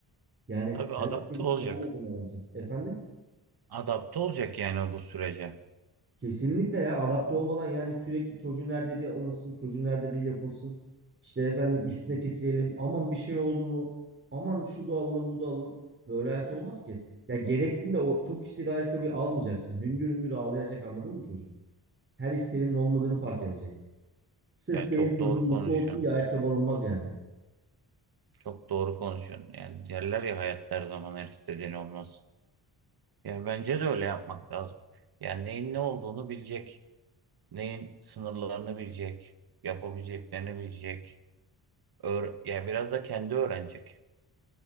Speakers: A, on the right; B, on the right.
A: Yani
B: Tabii
A: her
B: adapte
A: istediği
B: olacak.
A: olmadığını öğrenecek. Efendim?
B: Adapte olacak yani bu sürece.
A: Kesinlikle ya adapte olmadan yani sürekli çocuğun her dediği alınsın, çocuğun her dediği yapılsın. İşte efendim üstüne titreyelim. Aman bir şey oldu mu? Aman şu da alalım bu da alalım. Böyle hayat olmaz ki. Ya gerektiğinde o çok istediği ayakkabıyı almayacaksın. Hüngür hüngür ağlayacak anladın mı çocuk? Her istediğinin olmadığını fark edecek. Sırf
B: Ya
A: benim
B: çok
A: çocuğum
B: doğru
A: mutlu
B: konuşuyorsun.
A: olsun diye ayakkabı alınmaz yani.
B: Çok doğru konuşuyorsun. Yani derler ya hayatta her zaman her istediğin olmaz. Yani bence de öyle yapmak lazım. Yani neyin ne olduğunu bilecek. Neyin sınırlarını bilecek. Yapabileceklerini bilecek. Öğre- yani biraz da kendi öğrenecek.